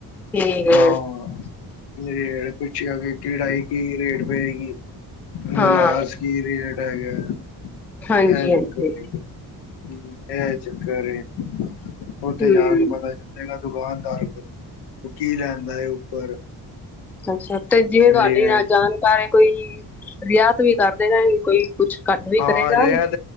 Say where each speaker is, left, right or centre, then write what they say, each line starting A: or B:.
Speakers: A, in the centre; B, on the left.
A: ਠੀਕ ਹੈ
B: ਹਾਂ। ਰੇਟ ਪੁੱਛਿਆ ਕਿ ਕਿਹੜਾਈ ਕੀ ਰੇਟ ਪਏਗੀ,
A: ਹਾਂ
B: ਗਲਾਸ ਕੀ ਰੇਟ ਹੈਗਾ
A: ਹਾਂਜੀ
B: ਇਹ ਚੱਕਰ
A: ਹਾਂਜੀ
B: ਏ ਹੁੰ, ਇਹ ਚੱਕਰ ਏ ਉੱਥੇ
A: ਹਮ
B: ਜਾ ਕੇ ਪਤਾ ਚੱਲ <unintelligible> ਦੁਕਾਨਦਾਰ ਕੋ, ਕੀ ਲੈਂਦਾ ਐ ਉੱਪਰ।
A: ਅੱਛਾ ਤੇ ਜਿਵੇਂ ਤੁਹਾਡੀ
B: ਰੇਟ
A: ਜਾਣਕਾਰੀ ਕੋਈ ਰਿਆਤ ਵੀ ਕਰਦੇ ਰ ਕੋਈ। ਕੁਛ ਘੱਟ ਵੀ
B: ਹਾਂ,
A: ਕਰੇਗਾ
B: ਰਿਆਤ